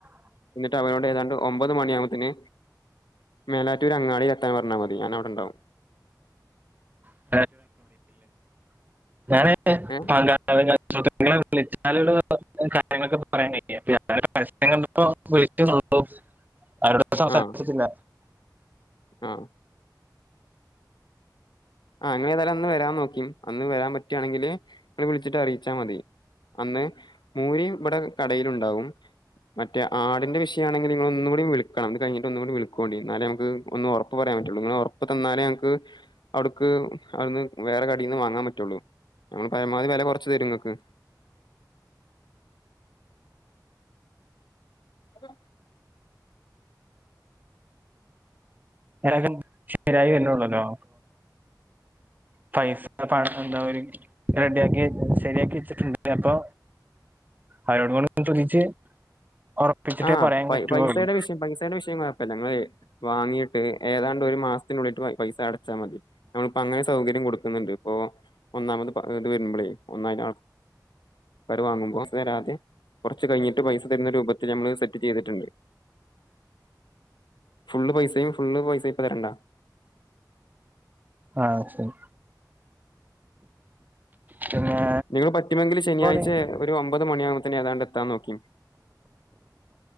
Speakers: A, on the left; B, on the right.
A: എന്നിട്ട് അവരോട് ഏതാണ്ട് ഒമ്പത് മണിയാവുമ്പ മേലാറ്റുർ അങ്ങാടി എത്താൻ പറഞ്ഞാൽ മതി ഞാൻ അവിടെണ്ടാവും
B: <unintelligible> ഞാന് <unintelligible> <unintelligible>
A: ഏ
B: വിളിച്ച കാര്യങ്ങളൊക്കെ പറയ കഴിയട ഞാനോക്കേ പരസ്പര <unintelligible> വിളിച്ച <unintelligible> സംസാരിച്ചിട്ടില്ല
A: ആഹ് ആഹ് ആ ഇങ്ങള് ഏതായാലും അന്ന് വരാൻ നോക്കി അന്ന് വരാൻ പറ്റുകവാണെങ്കില് നി വിളിച്ചിട്ട് അറിയിച്ചാൽ മതി അന്ന് മൂരി ഇവിടെ കടയിലുണ്ടാവും മറ്റേ ആടിന്റെ വിഷയമാണെങ്കിൽ നിങ്ങള ഒന്നും കൂടി വിളിക്കണം ഇതു കിഞ്ഞട്ട് ഒന്ന കൂടി വിളിക്കുകണ്ട എന്നാല നമക്ക് ഒന്ന് ഉറ ഇപ്പ പറയാൻ പറ്റുള്ളൂ നിങ്ങൾ ഉറപ്പു തന്നാലേ ഞക്ക് അവിടുക്ക് അവിടുന്ന് വേറെ കടിയിൽന്ന് വാങ്ങാൻ പറ്റുള്ളൂ ഞങ്ങൾ പരമാവധി വില കുറച്ച് ഇങ്ങക്ക് അതെ
B: ഏതായാലും ശരിയായി വരുന്നുള്ളല്ലോ പൈസ പണ എന്താ <unintelligible> റെഡിയാക്കി ശരിയാക്കി ഇച്ചിട്ടുണ്ട് അപ്പൊ <unintelligible>
A: ആഹ്
B: പറയാൻ പറ്റുള്ളൂ
A: പൈസയുടെ വിഷയം പൈസയുടെ വിഷയം കൊഴപ്പമില്ല ഞങ്ങള് വാങ്ങിട്ട് ഏതാണ്ട് ഒരു മാസത്തിനുള്ളിട്ട് പൈസ അടച്ചാ മതി നമ്മ അങ്ങനെ സൗകര്യം കൊടുക്കും ണ്ട് ഇപ്പ ഒന്നാമത് ഇത് വരുമ്പോളേ ഒന്നായി ആൾ വാങ്ങുമ്പോ തരാതെ കുറച്ച് കഴിഞ്ഞിട്ട് പൈസ തരുന്ന രൂപത്തിൽ ഞമ്മൾ സെറ്റ് ചെയ്തിട്ടുണ്ട് ഫുള് പൈസയും ഫുള് പൈസയും ഇപ്പ തരണ്ട
B: ആഹ ശരി പിന്നെ
A: നിങ്ങൾ പറ്റുമെങ്കിൽ ശനിയാഴ്ച
B: <unintelligible>
A: ഒരു ഒമ്പത് മണിയകുത്തേന് ഏതാണ്ട് എത്താ നോക്കും